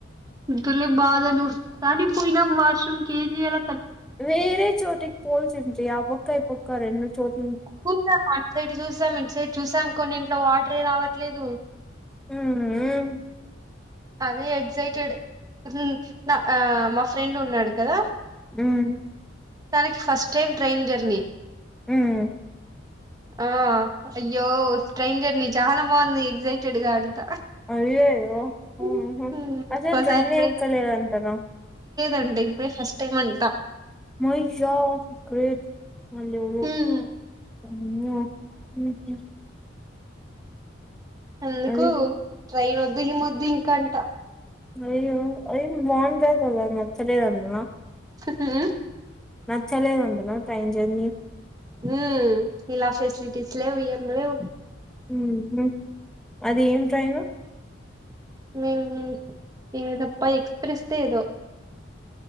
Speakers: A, on the right (about 20°); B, in the centre.
A: దులే బాదలు అని పోయినం వాష్రూమ్ కి ఏం చేయాల
B: వేరే చోటికి పోల్సింది ఆ పక్క ఈ పక్క రెండు చోట్ల
A: చూసాం అటు సైడ్ చూసాం ఇటు సైడ్ చూసాం కొన్ని ఇంట్లో వాటరే రావట్లేదు
B: ఉమ్
A: అదే ఎక్సైటెడ్ మ్ నా మా ఫ్రెండ్ ఉన్నాడు కదా
B: ఉమ్
A: తనకి ఫస్ట్ టైం ట్రైన్ జర్నీ
B: ఉమ్
A: ఆ అయ్యో స్ట్రైంజర్నీ చానా బాగుంది ఎక్సైటెడ్ గా అంట
B: అయ్యయ్యో
A: ఉమ్,
B: ఉహు
A: ఇంకోసారి
B: అసలు ట్రైనే ఎక్కలేదంటన
A: అంట ఇప్పుడే ఫస్ట్ టైం అంటం
B: మహిషా గ్రేట్ వాళ్ళు ఎవరో
A: ఉమ్,
B: ఆమ్మో ఊహ్మ్మ్
A: ఎందుకు
B: అది
A: ట్రైన్ వద్దు ఏమొద్దు ఇంక అంట
B: అయ్యో ట్రైన్ బాగుంటది కదా నచ్చలేదంద
A: హ్మ్మ్
B: నచ్చలేదంటన ట్రైన్ జెర్నీ
A: ఉమ్ ఇలా ఫెసిలిటీస్ లేవ్ ఏం లేవ్
B: ఉహు అది ఏం ట్రైను
A: మేమ్ ఏదప్ప ఎక్స్ప్రెస్ దే ఏదో